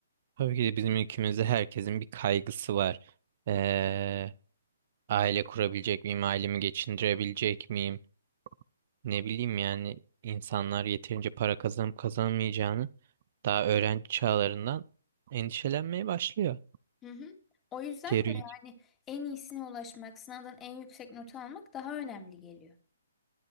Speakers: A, on the right; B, on the left.
A: Tabii ki de bizim ülkemizde herkesin bir kaygısı var. Eee, aile kurabilecek miyim, ailemi geçindirebilecek miyim? Ne bileyim yani insanlar yeterince para kazanıp kazanamayacağını daha öğrenci çağlarından endişelenmeye başlıyor.
B: Hı hı. O yüzden
A: Terörlük.
B: de yani en iyisine ulaşmak, sınavdan en yüksek notu almak daha önemli geliyor.